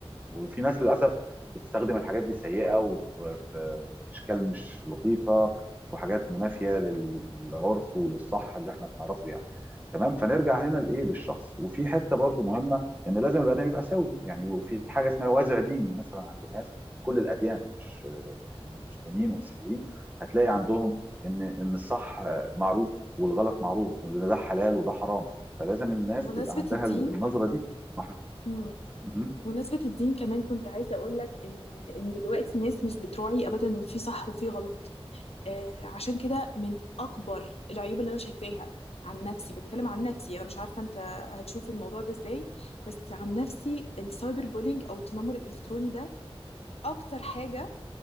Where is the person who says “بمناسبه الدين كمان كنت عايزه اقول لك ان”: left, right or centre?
Left